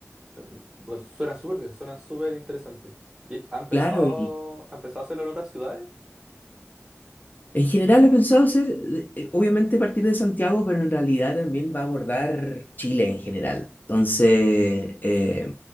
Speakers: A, on the right (about 15°); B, on the left (about 40°).
A: Eh, Pues suena súper bien, suena súper interesante. ¿Y han pensado,
B: Claro, y
A: han pensado hacerlo en otras ciudades?
B: en general he pensado hacer, eh, eh, obviamente, partir de Santiago, pero en realidad también va a abordar Chile en general. Entonces, eh,